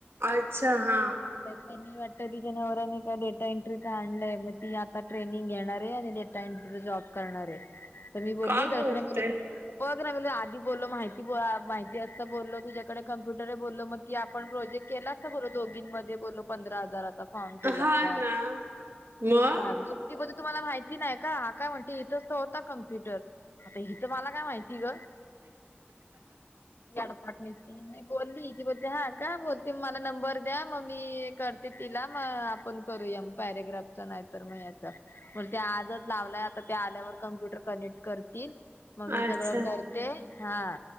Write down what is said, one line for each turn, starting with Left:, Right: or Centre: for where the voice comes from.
Right: अच्छा, हा.
Left: तर त्यांनी वाटत तिच्या नवऱ्यानी का डेटा एंट्रीच आणलंय. मग ती ट्रेनिंग घेणार आहे. आणि डेटा एंट्री जॉब करणार आहे. तर मी बोलली
Right: का
Left: दर्शना
Right: बोलते
Left: बघ लागल आधी बोलल माहिती, माहिती असता बोललो तुझ्याकडे कम्प्युटर आहे. बोललो मग कि आपण प्रोजेक्ट केला असतो बोल्लो, दोघीं मध्ये बोलो पंधरा हजाराचा, फॉर्म फिलअपचा.
Right: हा ना मग.
Left: मग ती बोलली, तुम्हाला माहिती नाही का काय म्हणते, इथंच तर होता कम्प्युटर. आता हि तर मला काय माहिती ग. गडपाटणी, मी बोलली, ती बोलते हा का बोलते मग नंबर द्या मग मी करते, तिला मग आपण करूया, पॅरग्राफच नाही मग याच. मग ते आजच लावलाय आता ते आल्यावर, कम्प्युटर कनेक्ट करतील मग मी
Right: अच्छा
Left: सगळं करते, हा